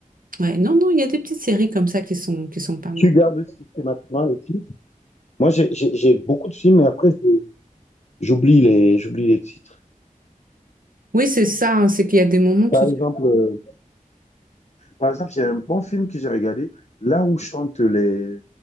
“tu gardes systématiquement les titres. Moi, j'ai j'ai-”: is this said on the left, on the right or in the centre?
Left